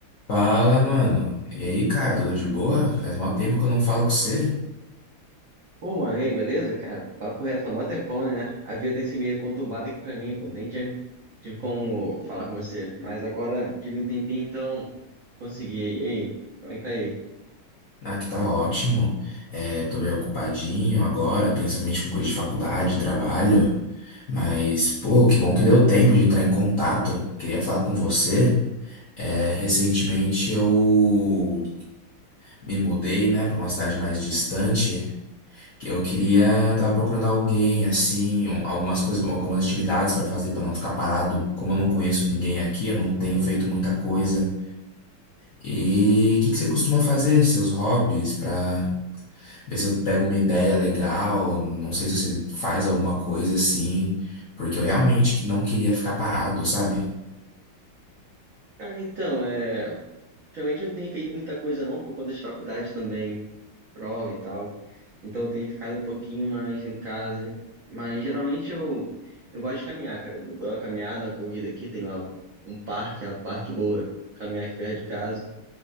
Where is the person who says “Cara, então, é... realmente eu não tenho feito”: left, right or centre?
Right